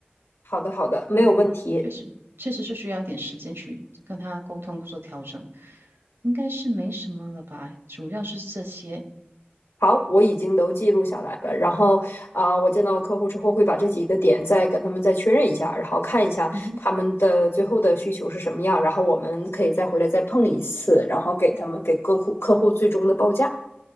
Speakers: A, on the left; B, on the right.
A: 好的，好的，没有问题。
B: 嗯，确实，确实是需要一点时间去跟他沟通做调整，应该是没什么了吧，主要是这些。
A: 好，我已经都记录下来了。然后啊、我见到客户之后会把这几个点再跟他们再确认一下，然后看一下他们的最后的需求是什么样，
B: 嗯哼，
A: 然后我们可以再回来再碰一次，然后给他们给客户客户最终的报价。